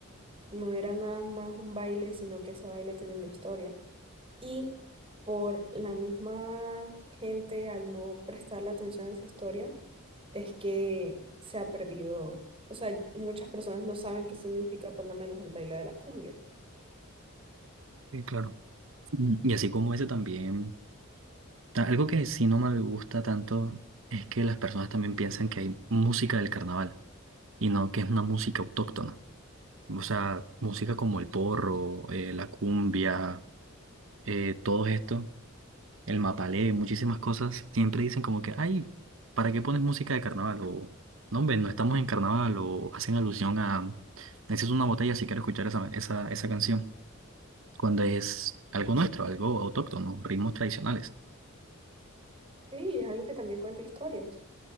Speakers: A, on the right; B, on the right.
A: No era nada más un baile, sino que ese baile tenía una historia. Y por la misma gente, al no prestarle atención a esa historia, es que se ha perdido. O sea, muchas personas no saben qué significa por lo menos el baile de la cumbia.
B: Sí, claro. Mm, Y así como ese también. Ta- Algo que sí no me gusta tanto es que las personas también piensan que hay música del carnaval y no que es una música autóctona. O sea, música como el porro, eh, la cumbia, eh, todo esto, el mapalé, muchísimas cosas, siempre dicen como que, ay, ¿para qué pones música de carnaval? O, no, hombre, no estamos en carnaval o hacen alusión a, necesito una botella si quiero escuchar esa, esa, esa canción, cuando es algo nuestro, algo autóctono, ritmos tradicionales.
A: Sí, es algo que también cuenta historias.